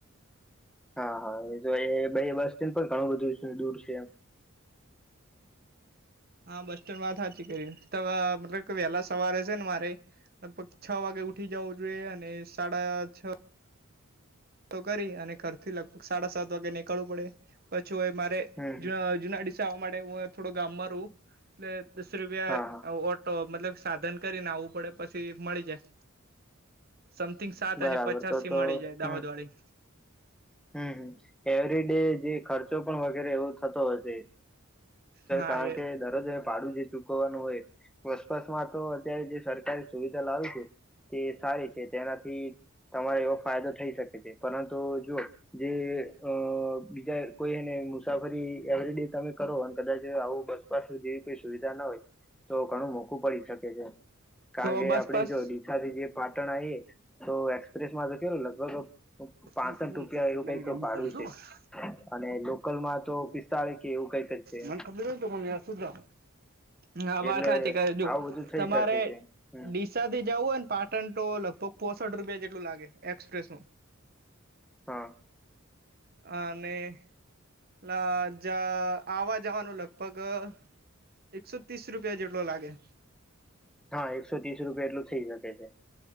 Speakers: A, in the centre; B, on the right (about 45°).
A: હા હા એ <unintelligible> બસ સ્ટેન્ડ પણ ઘણું બધું દૂર છે, એમ
B: હા બસ સ્ટેન્ડમાં વાત હાચી કરી મતલબ કે વહેલા સવારે છે, ને મારે લગભગ છ વાગે ઉઠી જવો જોઈએ અને સાડા છ તો કરી અને ઘરથી લગભગ સાડા સાત વાગે નીકળવું પડે પછીય મારે
A: હમ હમ
B: <unintelligible> જૂનાડીસા આવા માટે હું થોડું ગામમાં ર હવ એટલે દસ રૂપિયા
A: હા હા
B: ઓ તો મતલબ સાધન કરીને આવવું પડે પછી મળી જાય સમથિંગ સાત
A: બરાબર
B: અને પચાસથી
A: તો તો
B: મળી જાય
A: હમ
B: દાહોદ વાળી
A: હમ હમ એવરી ડે જે ખર્ચો પણ વગેરે એવો થતો હશે
B: હા
A: કારણ
B: એ
A: કે દરરોજ ભાડું જે ચૂકવવાનું હોય બસપાસમાં તો અત્યારે જે સરકારે સુવિધા લાવી છે. તે સારી છે, તેનાથી તમારે એવો ફાયદો થઈ શકે છે, પરંતુ જુઓ જે અ બીજા કોઈને મુસાફરી એવરી ડે તમે કરો અને કદાચ આવો બસ બસ સુધી સુવિધા ન હોય તો ઘણું મોઘું પડી શકે છે. કારણ
B: તો
A: કે
B: બસ
A: આપડે
B: બસ
A: જો ડીસાથી જે પાટણ આયે તો એકસ એક્સપ્રેમાં લગભગ કેટલું પાસથ
B: મને ખબર હતી
A: રૂપીયા એવું
B: એટલે
A: કઈક
B: મેં એમ
A: ભાડું
B: કર્યું હતું.
A: છે, અને લોકલમાં તો પિસ્તાળી કે એવું કઈક છે
B: મન ખબર હોય તો મ સુધા હા
A: એટલે
B: વાત સહાચી <unintelligible>
A: આવું બધું થઈ
B: તમારે
A: શકે
B: ડી
A: છે હમ
B: ડીસાથી જાવું હોય ને પાટણ તો લગભગ પોસઠ રૂપિયા જેટલું લાગે એક્સપ્રેસમાં
A: હાં
B: અને પ્લા જા આવવા જવાનું લગભગ અ એકસો તીસ રૂપિયા જેટલો લાગે
A: હાં એકસો તીસ રૂપિયા એટલું શકે છે